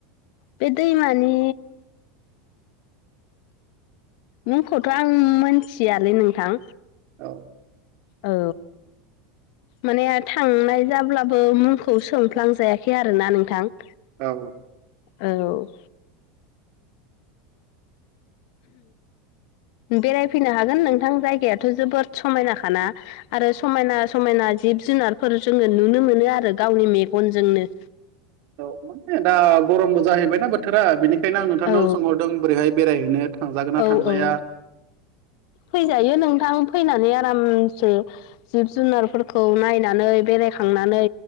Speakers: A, on the left; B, on the right.
A: बे दैमानि मुंखौथ' आं मोनथियालै नोंथां।
B: औ
A: औ माने आथ थांनाय जाब्लाबो मुंखौ सोंफ्लांजायाखै आरोना नोंथां।
B: औ
A: औ बेरायफैनो हागोन नोंथां जायगायाथ' जोबोद समायना खाना। आरो समायना समायना जिब जुनारफोर जोङो नुनो मोनो आरो गावनि मेगनजोंनो।
B: औ माने दा गरमबो जाहैबायना बोथोरा बेनिखायनो आं नोंथांनाव
A: औ
B: सोंहरदों बोरैहाय बेरायहैनो। थांजागोन ना
A: औ
B: थांजाया
A: औ फैजायो नोंथां फैनानै आरामसे जिब जुनारफोरखौ नायनानै बेरायखांनानै